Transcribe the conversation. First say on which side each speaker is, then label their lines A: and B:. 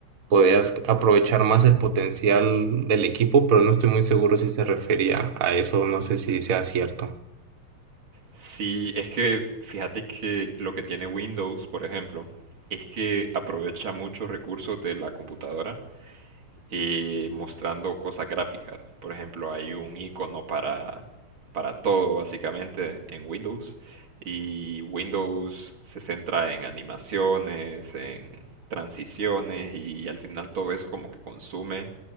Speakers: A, on the right; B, on the right.
A: podías aprovechar más el potencial del equipo, pero no estoy muy seguro si se refería a eso, no sé si sea cierto.
B: Sí, es que fíjate que lo que tiene Windows, por ejemplo, es que aprovecha muchos recursos de la computadora eh, mostrando cosas gráficas. Por ejemplo, hay un icono para, para todo básicamente en Windows y Windows se centra en animaciones, en transiciones y al final todo eso como que consume